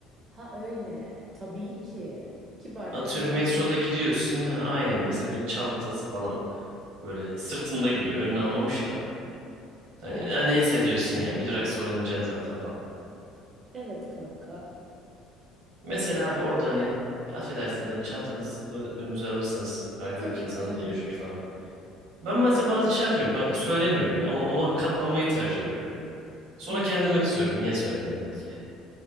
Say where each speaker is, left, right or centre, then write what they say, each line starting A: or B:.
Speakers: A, on the right (about 40°); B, on the right (about 75°).
A: Ha öyle. Tabii ki. Kibarca
B: Atıyorum
A: dile getirebilirsin.
B: metroda gidiyorsun. Ha, aynen mesela birinin çantası falan böyle sırtında gidiyor. Önünü almamış da. Hani
A: He.
B: "Ya neyse diyorsun ya bir durak sonra ineceğim zaten falan.
A: Evet kanka.
B: Mesela abi orada hani ya affedersiniz hani çantanızı ı, önünüze alırsanız arkadaki
A: E tabii
B: insan
A: ki canım.
B: değiyor çünkü falan diye. Ben mesela
A: Evet
B: bazen şey
A: evet.
B: yapıyorum kanka söylemiyorum ya ona, ona katlanmayı tercih ediyorum. Sonra
A: Hmm.
B: kendime kızıyorum niye söylemedim diye.